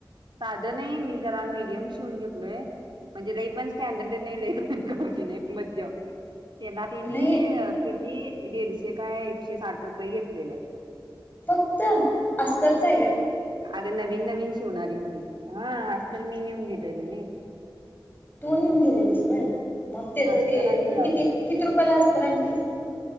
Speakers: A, on the right; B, on the left.
A: साधं नाही मी जरा मीडियम शिवून घेतलोय म्हणजे लई पण स्टँडर्ड नाही लई गावठी नाही मध्यम त्याला तिनी
B: नाही
A: किती दीडशे काय एकशे साठ रुपये घेतलेलं
B: फक्त अस्तरच आहे काय
A: अग नवीन नवीन शिवणारी होणारी होती त हा तर मी नेऊन दिलेलो नाही
B: तू निेऊन दिलेलीस मग त्याच
A: अस्तर
B: ते
A: आणि
B: तू
A: ब्लाऊज
B: किती किती रुपयाला अस्तर आणलीस